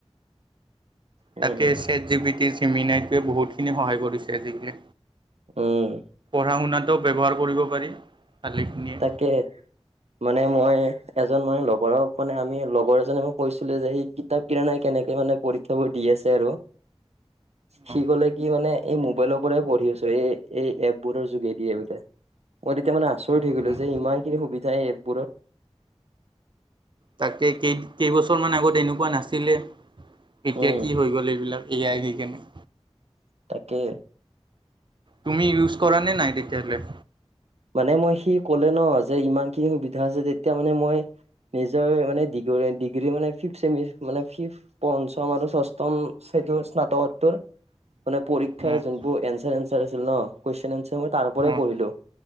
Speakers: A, on the right (about 80°); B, on the right (about 45°).
A: উম
B: তাকে কয়ছেট জি, পি, টি জেমিনাইটোৱে বহুতখিনি সহায় কৰিছে আজিকালি।
A: উম'
B: পঢ়া শুনাটো ব্যৱহাৰ কৰিব পাৰি। ভালেখিনিয়ে।
A: তাকে মানে, মই এজন মানে লগৰক মানে আমি লগ লগৰজনে মই কৈছিলো যে, সেই কিতাপ কিনা নাই কেনেকে মানে পৰীক্ষাবোৰ দি আছে আৰু, সি
B: অ',
A: কলে কি মানে, এই মোবাইলৰ পৰাই পঢ়ি আছো, এই এই এপ বোৰৰ যোগেদিয়ে বোলে, মই তেতিয়া মানে আচৰিত
B: অ',
A: হৈ গ'লো
B: অ',
A: যে ইমান খিনি সুবিধা যায়, এপবোৰত
B: তাকে কেই, কেইবছৰমান আগত এনেকোৱা নাছিলে, এতিয়া
A: উম
B: কি হৈ গ'ল এইবিলাক। এয়াই বিজ্ঞানী
A: তাকে
B: তুমি ইউজ কৰা নে নাই তেতিয়া হ'লে!
A: মানে মই সি ক'লে ন, যে ইমানখিনি সুবিধা আছে তেতিয়া মানে মই নিজৰ মানে ডিগ ডিগ্ৰী মানে ফিফ্ট চেমি মানে ফিফ, পঞ্চম আৰু ষষ্ঠম তো' স্নাতকত্তৰ মানে পৰীক্ষাৰ
B: অ',
A: যোনবোৰ এনচাৰ এনচাৰ আছিল ন, কুৱেশন এনচাৰ মই তাৰ পৰাই
B: অ',
A: পঢ়িলো।